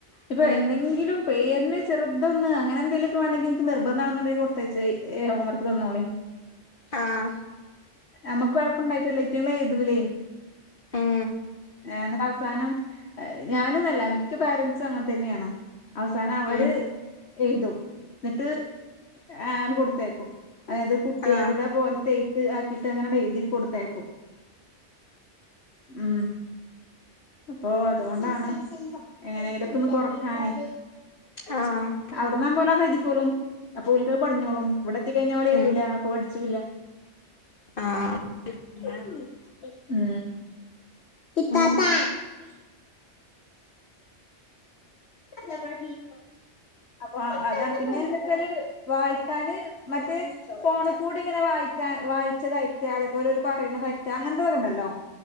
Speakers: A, on the left (about 60°); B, on the left (about 45°).
A: ഇപ്പൊ
B: ഉം
A: എന്തെങ്കിലും പേരിന് ചെറുത് ത്ന്ന് അങ്ങനെ എന്തെലുമൊക്കെ വേണെങ്കി നിങ്ങക്ക് നിർബന്ധമാണെങ്കിൽ കൊടുത്ത് അയോച്ചോ ഹോം വർക്ക് തന്നോളി
B: ആഹ്
A: നമുക്ക് കൊഴപ്പണ്ടായിട്ടല്ലാ ഇതങ്ങള് എഴുതൂലേ
B: ഉം
A: എന്നിട്ട് അവസാനം ഞാനനല്ല മിക്ക പേരൻറ്സും അങ്ങനെ തന്നെയാണ് അവസാനം അവര്
B: ഉം
A: എഴുതും എന്നിട്ട് ആഹ് കൊടുത്തേക്കും അതായത് കുട്ടികളുടെ
B: ആഹ്
A: പോലത്തേ ഇത് ആക്കിട്ട് അങ്ങനെ എഴുതി കൊടുത്തയക്കും ഉം അപ്പൊ അതുകൊണ്ടാണ് എങ്ങനെങ്കിലുംക്കെ ഒന്ന് കൊറക്കാനേ
B: ആഹ്
A: അവിടന്നാപോലാ എഴുതിക്കൊളും അപ്പൊ ഓൾക്ക് പഠിഞ്ഞോളും ഇവിടെ എത്തിക്കഴിഞ്ഞാൽ എഴുതൂല
B: ഉം
A: അപ്പൊ പഠിച്ചുല്ല
B: ആഹ്
A: <unintelligible>
B: ഉം
A: <unintelligible> അപ്പോ അതാണ് പിന്നെ എന്നിട്ട് വായിക്കാന് മറ്റേ ഫോണ് കൂടി ഇങ്ങനെ വായി ക്കാൻ വായിച്ചതയക്കാം അതേപലെ ഒരു പറയുന്നത് അയക്കാം അങ്ങന എന്തോന്ന്ണ്ടല്ലോ